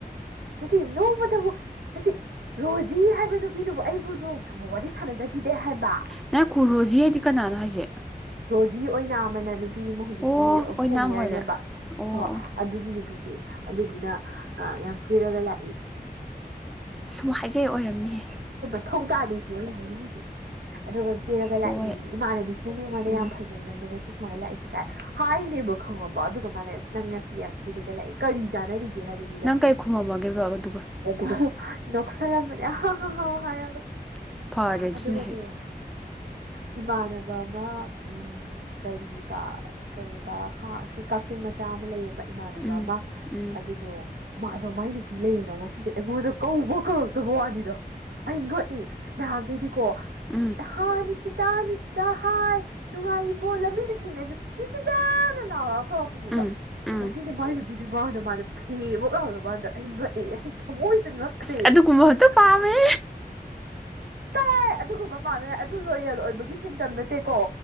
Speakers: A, on the right; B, in the centre.
A: <unintelligible> ꯍꯥꯏꯗꯤ ꯔꯣꯖꯤ ꯍꯥꯏꯕ ꯅꯨꯄꯤ ꯑꯗꯨꯕꯨ ꯑꯩꯕꯨ ꯅꯣꯡ ꯇꯕꯨ ꯋꯥꯔꯤ ꯁꯥꯟꯅꯖꯈꯤꯗꯦ ꯍꯥꯏꯕ
B: ꯅꯪ ꯔꯣꯖꯤ ꯍꯥꯏꯗꯤ ꯀꯅꯥꯅꯣ ꯍꯥꯏꯁꯦ
A: <unintelligible> ꯅꯨꯄꯤ ꯑꯃ ꯍꯧꯖꯤꯛꯀꯤ
B: ꯑꯣ ꯑꯣꯏꯅꯥꯝ
A: ꯁꯦꯅꯤꯌꯔꯅꯦꯕ
B: ꯑꯣꯏꯔꯦ ꯑꯣ
A: ꯍꯣ
B: ꯑꯣ
A: ꯑꯗꯨꯒꯤ ꯅꯨꯄꯤꯁꯦ ꯁꯤ ꯑꯗꯨꯗꯨꯅ ꯌꯥꯝ ꯀꯦꯔꯒ ꯂꯥꯛꯏ
B: <unintelligible> ꯏꯆꯦ ꯑꯣꯏꯔꯝꯅꯤ
A: ꯊꯧ ꯇꯥꯗꯦꯁꯤꯅꯤ ꯑꯩꯅ ꯍꯥꯏꯅꯤꯡꯉꯤꯁꯦ ꯑꯗꯨꯒ ꯀꯦꯔꯒ ꯂꯥꯛꯏ
B: ꯍꯣꯏ
A: ꯏꯃꯥꯟꯅꯕꯤꯁꯤꯅꯗꯤ ꯑꯩꯉꯣꯟꯗ
B: ꯎꯝ
A: ꯌꯥꯝ ꯐꯖꯩ ꯅꯪꯗꯣ ꯃꯦ ꯁꯨꯃꯥꯏꯅ ꯂꯥꯛꯏꯁꯦ ꯀꯥꯏ ꯍꯥꯏꯅꯦꯕ ꯈꯪꯉꯕꯣ ꯑꯗꯨꯒ ꯃꯥꯅꯏꯁꯤ ꯅꯪ ꯉꯁꯤꯗꯤ ꯌꯥꯝ ꯀꯦꯔꯒ ꯂꯥꯛꯏ ꯀꯔꯤ ꯆꯥꯅꯔꯤꯒꯦ ꯍꯥꯏꯕꯅꯤꯗ
B: ꯅꯪ ꯀꯩ ꯈꯨꯝꯃꯝꯃꯒꯦꯕ ꯑꯗꯨꯒ
A: <unintelligible> ꯍ ꯍ ꯍ ꯍꯥꯏꯔꯒ
B: <inaudible>
A: ꯑꯗꯨꯒꯅꯦ ꯏꯃꯥꯟꯅꯕ ꯑꯃ ꯀꯔꯤꯕ ꯀꯩ ꯍꯥ ꯁꯤ ꯀꯛꯆꯤꯡ ꯃꯆꯥ ꯑꯃ ꯂꯩꯌꯦꯕ ꯏꯃꯥꯟꯅꯕ
B: ꯎꯝ
A: ꯑꯃ
B: ꯎꯝ
A: ꯑꯗꯨꯗꯣ ꯃꯥꯗꯣ ꯃꯥꯏ ꯅꯨꯄꯤ ꯂꯩꯔꯦꯅ ꯉꯥꯁꯤꯁꯦ ꯑꯩꯉꯣꯟꯗ ꯀꯧꯕ ꯋꯥꯅꯤꯗ ꯑꯩ ꯉꯛꯏ ꯅꯍꯥꯟꯈꯩꯗꯤ ꯀꯣ
B: ꯎꯝ
A: ꯅꯤꯁꯤꯇꯥ ꯍꯥꯏ ꯅꯨꯡꯉꯥꯏꯕꯣ ꯂꯝꯕꯤꯗ ꯊꯦꯡꯅꯁꯨ ꯅꯤꯁꯤꯇꯥ ꯇꯅ ꯂꯥꯎꯔꯛ
B: ꯎꯝ ꯎꯝ
A: <unintelligible> ꯑꯗꯨ ꯃꯥꯡꯗ ꯃꯥꯗ ꯐꯦ ꯑꯃ ꯉꯥꯎꯗ ꯃꯗ ꯑꯩ ꯉꯛꯑꯦ ꯑꯩ ꯊꯃꯣꯏ <unintelligible> ꯉꯛꯈꯔ꯭ꯦ
B: ꯑꯁ
A: <unintelligible>
B: ꯑꯗꯨꯒꯨꯝꯕ ꯑꯝꯇ ꯄꯥꯝꯃꯦ
A: ꯇꯥꯏ ꯑꯗꯨꯒꯨꯝꯕ ꯄꯥꯝꯃꯦ ꯀꯥꯏ ꯑꯗꯨ ꯂꯣꯌꯦꯜ ꯑꯣꯏꯕꯒꯤ ꯁꯤꯝꯇꯝ ꯅꯠꯇꯦꯀꯣ